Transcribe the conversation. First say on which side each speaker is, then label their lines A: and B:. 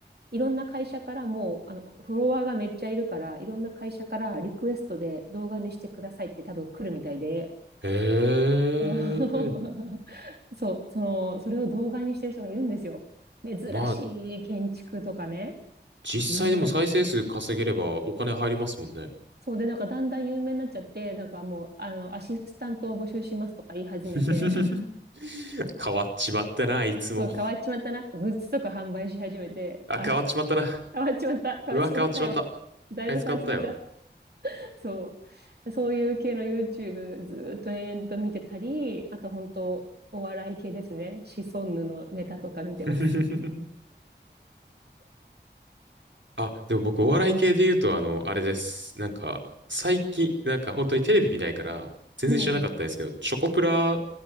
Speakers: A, on the right; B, on the right.
A: いろんな会社からもう、あの、フォロワーがめっちゃいるから、いろんな会社からリクエストで動画にしてくださいって多分来るみたいで、
B: ええ。
A: あの <laughs> そう、その、それを動画にしてる人がいるんですよ。珍しい建築とかね。
B: まあ、実際でも再生数稼げればお金入りますもんね。
A: なそうで、なんかだんだん有名になっちゃって、なんかもう、あの、アシスタントを募集しますとか言い始めて、
B: <laughs>
A: <laughs>
B: 変わっちまったな、あいつも。
A: そう変わっちまったな。グッズとか販売し始めて、
B: あ、
A: あ、
B: 変わっちまったな。
A: <laughs> 変わっちまった、変わっちまったよ。
B: うわ、変わっちまった。
A: <laughs> だいぶ変わっちまった。
B: あいつ変わったよ。
A: <laughs> そう。そういう系の YouTube ずーっと延々と見てたり、あと本当お笑い系ですね。シソンヌのネタとか見てます。
B: <laughs> あ、でも僕お笑い系で言うと、あの、あれです。なんか、最近、なんか本当にテレビ見ないから、全然知らなかったんですけど、
A: うん。
B: チョコプラ、